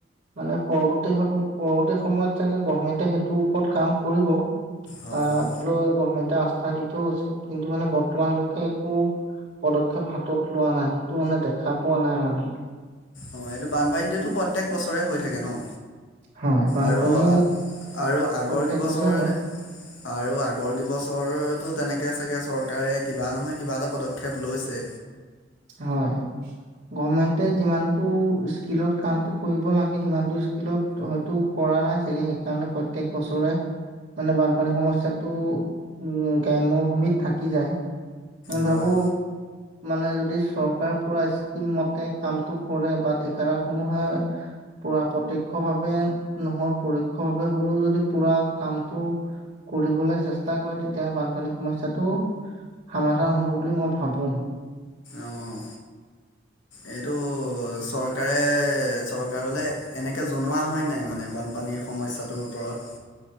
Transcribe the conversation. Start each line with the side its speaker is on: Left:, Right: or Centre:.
Right: মানে, পৰৱৰ্তী সেইটো, পৰৱৰ্তী সময়ত চাগে গভাৰ্ণমেণ্টে সেইটো ওপৰত কাম কৰিব।
Left: হয়
Right: তাক
Left: হয়
Right: লৈ, গভমেণ্টে আস্থা দি থৈ গৈছে। কিন্তু মানে, বৰ্তমান লৈকে একো পদক্ষেপ হাতত লোৱা নাই। সেইটো মানে, দেখা পোৱা নাই মানে।
Left: অ'! এইটো, বানপানীটোতো প্ৰত্যেক বছৰেই হৈ থাকে, ন'?
Right: হয় বানপানী
Left: আৰু, আৰু আগৰ
Right: প্ৰত্যেক
Left: কিবছৰ
Right: বছৰে হয়
Left: আৰু আগৰ কিবছৰটো তেনেকে চাগে, চৰকাৰে কিবা নহয়, কিবা এটা পদক্ষেপ লৈছে।
Right: হয়! গভমেণ্টে যিমানটো, স্কিলত কামটো কৰিব লাগে, সিমানটো স্কিলত ত' হয়তো কৰা নাই চাগে। সেইকাৰণে, প্ৰত্যেক বছৰে মানে, বানপানীৰ সম্যাটো উম, গ্ৰাম্য ভূমিত থাকি যায়। আমি
Left: হয়
Right: ভাবোঁ! মানে যদি চৰকাৰে পূৰা স্কিম মতে, কামটো কৰে বা ঠিকাদাৰ সমূহে পূৰা প্ৰত্যক্ষ ভাৱে নহয়, পৰোক্ষ ভাৱে হ'লেও যদি, পূৰা কামটো কৰিবলৈ চেষ্টা কৰে। তেতিয়া, বানপানীৰ সমস্যাটো সমাধান হ'ব বুলি মই ভাবোঁ।
Left: অঁ এইটো, চৰকাৰে-চৰকাৰলে, এনেকে জনোৱা হয় নাই মানে, বান পানী সমস্যাটোৰ ওপৰত?